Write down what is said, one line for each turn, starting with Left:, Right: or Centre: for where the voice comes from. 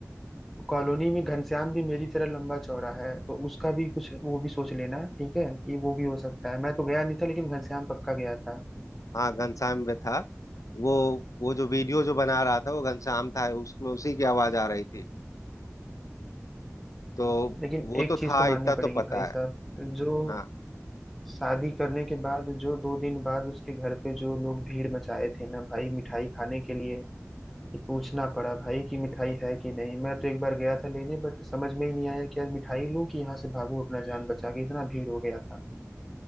Centre: कॉलोनी में घनश्याम भी मेरी तरह लंबा चौड़ा है तो उसका भी कुछ वो भी सोच लेना ठीक है कि वो भी हो सकता है मैं तो गया नहीं था लेकिन घनश्याम पक्का गया था
Left: हाँ घनश्याम में था वो वो जो वीडियो जो बना रहा था वो घनश्याम था उसमें उसी की आवाज आ रही थी तो
Centre: लेकिन
Left: वो तो
Centre: एक चीज
Left: था
Centre: तो माननी
Left: इतना
Centre: पड़ेगी
Left: तो पता
Centre: भाई साहब
Left: है
Centre: जो
Left: हाँ
Centre: शादी करने के बाद जो दो दिन बाद उसके घर पे जो लोग भीड़ मचाए थे ना भाई मिठाई खाने के लिए कि पूछना पड़ा भाई कि मिठाई है कि नहीं मैं तो एक बार गया था लेने बट समझ में ही नहीं आया कि यार मिठाई लूं कि यहाँ से भागूं अपना जान बचा के इतना भीड़ हो गया था